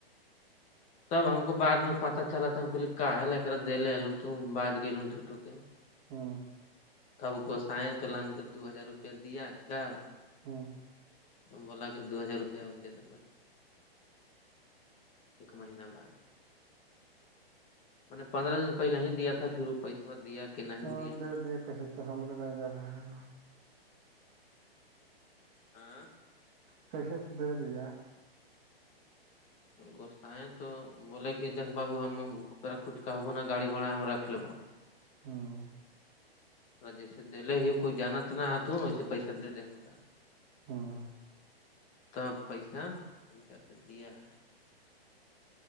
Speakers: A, on the left; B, on the right.
A: تب ہم کو بع میں پتا چلا تھا ہمے کال ارا دے ہل ت بج گ جھوٹوں کے
B: ہاں
A: تب گوسائیں تولہان کے دو ہزار روپیہ دیا کر
B: ہاں
A: ہم بولا کہ دو ہزار روپیہ دے د ایک مہینہ بعد میں نے پندرہ دن پہلے ہی دیا تھا پھرپ پیسہ دیا کہ نہیں
B: ہاں
A: دیا
B: دے
A: ہم نے
B: کیسے تو ہمرے نہیں دے رہا ہیں
A: ہاں
B: خشے تو د دیا
A: گوسیں تو بولے کہ دیک بابو ہم تا کچھ کہب نا گاڑی گوڑا ہم رکھ لب
B: ہاں
A: تھوڑا جیسے دے ہی کوئی جانا ت نہا تو نا ویسے پیسہ دے دے ہما
B: ہاں
A: تب پیسہ ان سا کے دیا ہے